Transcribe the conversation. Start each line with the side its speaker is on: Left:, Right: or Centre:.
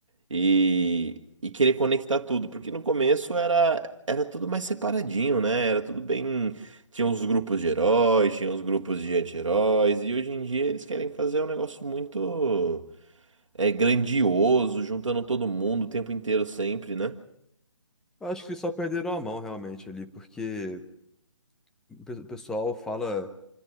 Right: e, e querer conectar tudo. Porque no começo era, era tudo mais separadinho, né? Era tudo bem. Tinha uns grupos de heróis, tinha uns grupos de anti-heróis, e hoje em dia eles querem fazer um negócio muito é grandioso, juntando todo mundo o tempo inteiro sempre, né?
Centre: Eu acho que só perderam a mão, realmente, ali, porque o pe- o pessoal fala.